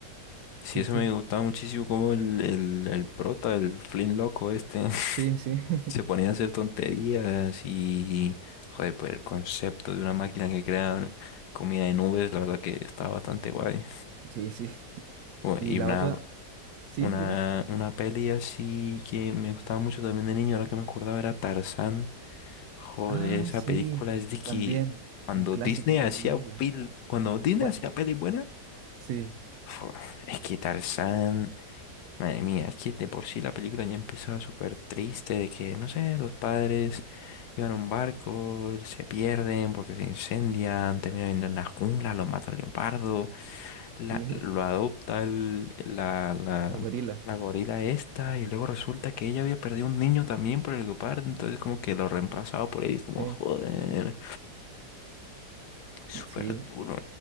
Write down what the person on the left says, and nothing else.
Sí,
eso
me gustaba muchísimo como el, el, el prota, el Flynn loco este,
<laughs>
se ponía a hacer tonterías y, joder, pues el concepto de una máquina que crea comida de nubes, la verdad que estaba bastante guay.
O-
Y
una,
una,
una peli así que me gustaba mucho también de niño, ahora que me acordaba era Tarzán. Joder,
esa
película es de que
cuando
Disney
hacía
pil, cuando Disney
hacía peli buena,
jo, es que Tarzán, madre mía, es que de por sí la película ya empezaba súper triste de que, no sé, los padres iban a un barco, se pierden porque se incendian, terminan viendo en la jungla, los mata el leopardo la-
lo adopta el- la, la,
la gorila esta y luego resulta que ella había perdido un niño también por el guepardo, entonces como que lo reemplazaba por él, como
joder, súper
duro.